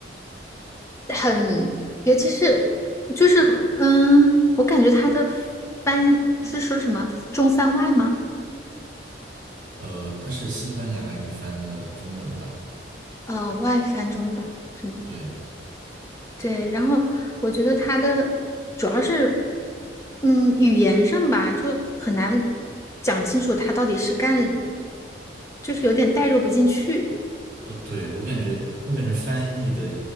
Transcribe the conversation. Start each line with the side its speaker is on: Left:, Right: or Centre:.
Left: 很，尤其是就是，嗯，我感觉他的翻译是说什么中翻外吗？
Right: 呃，它是西班牙语翻的中文吧？
Left: 呃，外翻中吧，什么？
Right: 对，
Left: 对，然后我觉得他的主要是，嗯，语言上吧，就很难讲清楚他到底是干，就是有点代入不进去，
Right: 呃，对，我感觉，我感觉翻译的